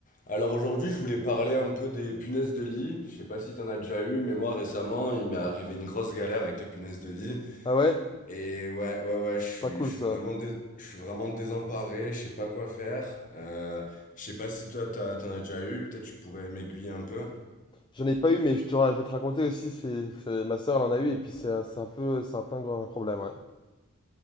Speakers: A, on the left; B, on the left.
A: Alors aujourd'hui, je voulais parler un peu des punaises de lit. Je sais pas si t'en as déjà eu, mais moi récemment, il m'est arrivé une grosse galère avec les punaises de lit.
B: Ah ouais?
A: Et ouais, ouais, ouais, je suis,
B: Pas cool
A: je suis
B: ça.
A: vraiment, dés- je suis vraiment désemparé. Je sais pas quoi faire. Euh, je sais pas si toi, t'as- t'en as déjà eu. Peut-être tu pourrais m'aiguiller un peu.
B: J'en ai pas eu, mais je te, ra- je vais te raconter aussi, c'est, c'est- ma soeur elle en a eu, et puis c'est un c'est un peu, c'est un peu un gros- problème, ouais.